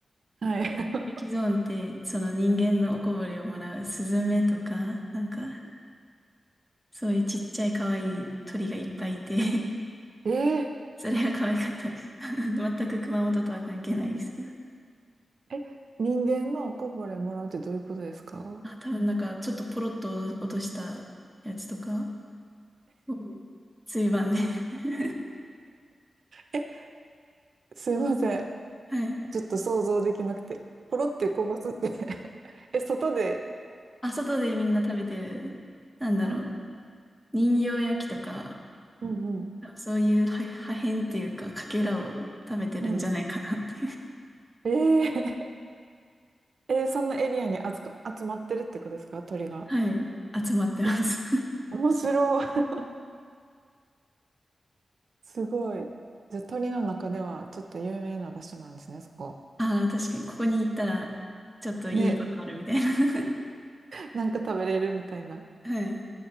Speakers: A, on the right; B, in the centre.
A: はい。<laughs>
B: ルキゾーンって、その人間のおこぼれをもらうスズメとか、なんか、そういうちっちゃい可愛い鳥がいっぱいいて
A: ええ、
B: <laughs> それは可愛かったです。<laughs> 全く熊本とは関係ないですけど。
A: え、人間のおこぼれもらうってどういうことですか
B: あ、多分なんか、ちょっとポロッと落としたやつとか、うん椎盤で <laughs>
A: え、すいません。
B: はい。
A: ちょっと想像できなくて。ポロってこぼすって <laughs> え、外で、
B: あ、外でみんな食べてる、なんだろう、
A: あー、
B: 人形焼きとか、
A: うんうん、
B: そういう破破片っていうか、かけらを食べてるんじゃないかなって
A: うん。ええ、えー、そんなエリアに集か、集まってるってことですか鳥が。
B: <laughs> はい。集まってます
A: えー、面白い。<laughs> すごい。じゃあ鳥の中ではちょっと有名な場所なんですね、そこ。
B: ああ、確かに、ここに行ったら、ちょっといいことあるみたいな。
A: ね、なんか食べれるみたいな。
B: <laughs> はい。